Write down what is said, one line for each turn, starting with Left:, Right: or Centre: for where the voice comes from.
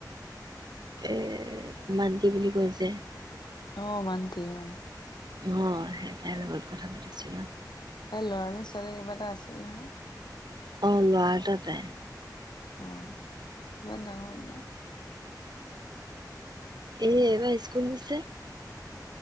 Right: এ মান্তি বুলি কৈছে
Left: আহ মান দয়াা
Right: আহ সেইটাই লগত কথা পাতিছিলো
Left: এ ল'ৰানে ছোৱালী কিবা এটা আছে। <unintelligible>
Right: অ লোৱা এ ততে
Left: অ', কিবা ডাঙৰল না
Right: এ এইবাৰ স্কুল নিছে।